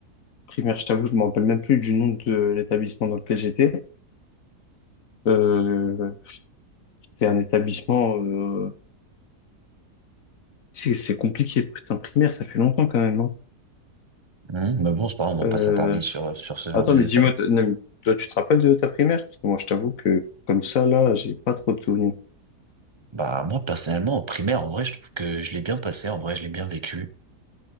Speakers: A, on the left; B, on the right.
A: Primaire, je t'avoue, je me rappelle même plus du nom de l'établissement dans lequel j'étais. Euh, c'était un établissement... euh, C'est c'est compliqué, putain, primaire, ça fait longtemps quand même. hein.
B: Hein Mais bon, c'est pas grave, on
A: Euh,
B: va pas s'attarder sur, sur ce genre
A: Attends,
B: de
A: mais dis-moi,
B: détails.
A: t- non, mais toi, tu te rappelles de ta primaire? Parce que moi, je t'avoue que comme ça, là, j'ai pas trop de souvenirs.
B: Bah, moi, personnellement, en primaire, en vrai, je trouve que je l'ai bien passé. En vrai, je l'ai bien vécu.